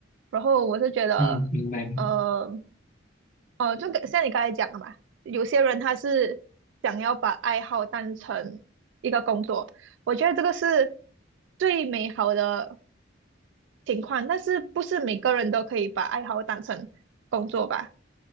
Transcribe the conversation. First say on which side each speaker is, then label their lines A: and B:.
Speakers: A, on the right; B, on the left.
A: 然后我是觉得。
B: 嗯，明白明白。
A: 呃，哦，就跟像你刚才讲的嘛，有些人他是想要把爱好当成一个工作，我觉得这个是最美好的情况，但是不是每个人都可以把爱好当成工作吧？